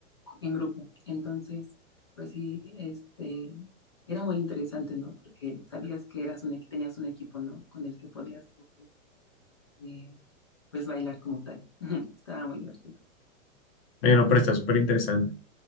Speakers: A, on the left (about 20°); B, on the left (about 45°).
A: en grupo. Entonces, pues sí, este, era muy interesante, ¿no? Porque sabías que eras un, equ- tenías un equipo, ¿no? Con el que podías tú, eh, pues, bailar como tal. <laughs> Estaba muy divertido.
B: Bueno, pero está súper interesante.